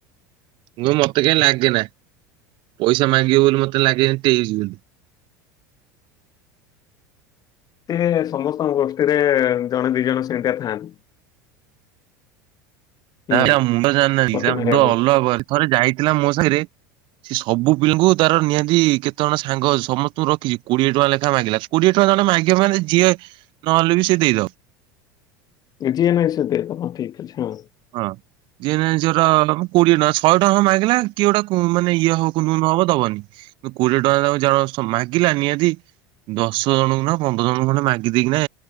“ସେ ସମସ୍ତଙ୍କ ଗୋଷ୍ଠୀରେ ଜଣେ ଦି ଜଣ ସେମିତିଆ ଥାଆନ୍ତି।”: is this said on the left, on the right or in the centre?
Left